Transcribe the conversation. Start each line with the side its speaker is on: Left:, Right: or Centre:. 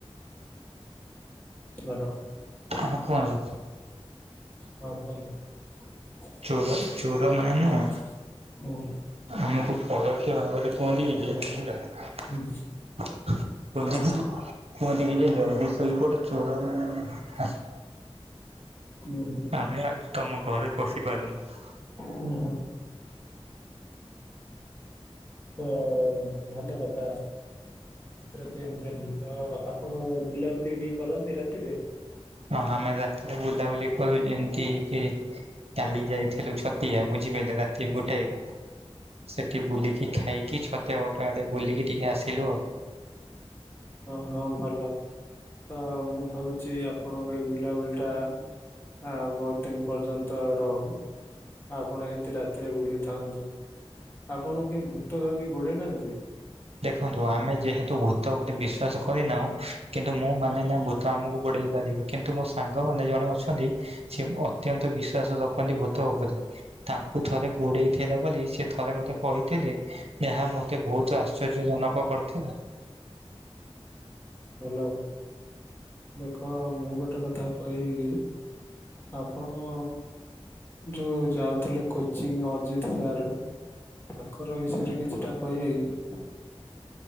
Left: ହାଲୋ
Right: ହଁ କୁଅନ୍ତୁ।
Left: ହଁ କୂଅନ୍ତୁ
Right: ଚୋର ଚୋର ମାନେ ନୁହଁ
Left: କୂଅନ୍ତୁ
Right: ଆମକୁ ପଳୋକ୍ଷ ଭାବରେ କୁହନ୍ତି କି ଯେ ବୁଝିଲ କୁହନ୍ତିକି
Left: ହୁଁ
Right: କୁହନ୍ତିକି ଯେ ଜଲ୍ଦି ସୋଇପଡ ଚୋର ମାନ ଆସ୍
Left: ହୁଁ
Right: ଆମେ ଆଜି ତମ ଘରେ ପଶିପାରୁନୁ।
Left: ହୁଁ ହୁଁ ତ-ଅ-ଭଲ କଥା। କେତେଟା ଚେନ୍ ଚେନ୍ ଭୁତ ଆପଣ ବୁଲାବୁଲି ବି କରନ୍ତି ରାତିରେ?
Right: ହଁ ଆମେ ରାତିରେ ବୁଲାବୁଲି କରୁ ଯେମିତି କି କାଲି ଯାଇଥିଲୁ ଛତିଆ ବୁଝିପାଇଲେ ରାତି ଗୋଟାଏ ରେ ସେଠି ବୁଲିକି ଖାଇକି, ଛତିଆ ବଟ ଆଡେ ବୁଲିକି ଟିକେ ଆସିଲୁ ଆଉ।
Left: ହଁ ହଁ ଭଲ ତ ମୁଁ ଭାବୁଛି ଆପଣଙ୍କ ଏଇ ବୁଲାବୁଲି ଟା ଆ ବୋଉ ଦିନ୍ ପର୍ଯ୍ୟନ୍ତ ରହୁ ଆପଣ ଏମିତି ରାତିରେ ବୁଲୁଥାନ୍ତୁ। ଆପଣୁଙ୍କୁ କିଏ ଭୂତ ଭାବି ଗୋଡେଇ ନାହାଁନ୍ତି?
Right: ଦେଖନ୍ତୁ ଆମେ ଯେହେତୁ ଭୂତ ଉପରେ ବିଷ୍ ଶ୍ୱାସ କରିନାହୁଁ, କିନ୍ତୁ ମୁଁ ମାନେନା ଭୂତ ଆମୁକୁ ଗୋଡେଇ ପାରିବ କିନ୍ତୁ ମୋ ସାଙ୍ଗମାନେ ଜଣେ ଅଛନ୍ତି ସେ ବ ଅତ୍ୟନ୍ତ ବିଶ୍ଵାସ ରଖନ୍ତି ଭୂତ ଓପରେ। ତାଙ୍କୁ ଥରେ ଗୋଡେଇ ଥିଲା ବୋଲି ସେ ଥରେ ମତେ କହିଥିଲେ ଏହା ମତେ ବହୁତ ଆସ ଆଶ୍ଚର୍ଯ୍ୟ ଜନକ କରିଥିଲା।
Left: ହ୍ୟାଲୋ ଦେଖ ମୁଁ ଗୋଟେ କଥା କହିବିକି ଆପଣ ଯୋଉ ଯାଉଥିଲେ କୋଚିଂ ଅଜିତ ସାର୍ ତାଙ୍କର ବିଷୟରେ କିଛିଟା କହିବେ କି?